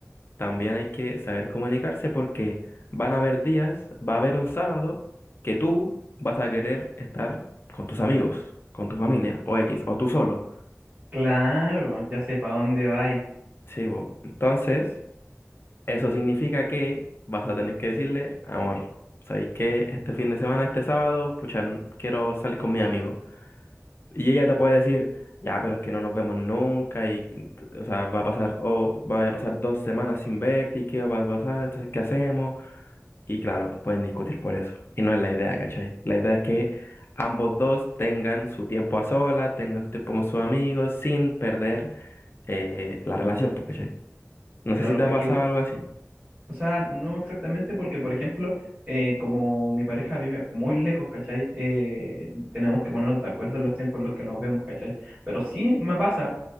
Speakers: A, on the left; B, on the right.
A: también hay que saber comunicarse porque van a haber días, va a haber un sábado que tú vas a querer estar con tus amigos, con tu familia, o X, o tú solo.
B: Claro, ya sé para dónde vais.
A: Sí, bo. Entonces, eso significa que vas a tener que decirle, amor, ¿sabéis que este fin de semana, este sábado, pucha, n- quiero salir con mi amigo? Y ella te puede decir, ya, pero es que no nos vemos nunca y, ent- o sea, va a pasar, o va a pasar dos semanas sin verte y qué va a pasar, entonces, ¿qué hacemos? Y claro, pueden discutir por eso. Y no es la idea, ¿cachai? La idea es que ambos dos tengan su tiempo a solas, tengan su tiempo con sus amigos, sin perder eh, la relación, pues, ¿cachai? No
B: Claro,
A: sé si te ha
B: es
A: pasado
B: que
A: algo así.
B: O sea, no exactamente porque, por ejemplo, eh, como mi pareja vive muy lejos, ¿cachai? Eh, tenemos que ponernos de acuerdo en los tiempos en los que nos vemos, ¿cachai? Pero sí me pasa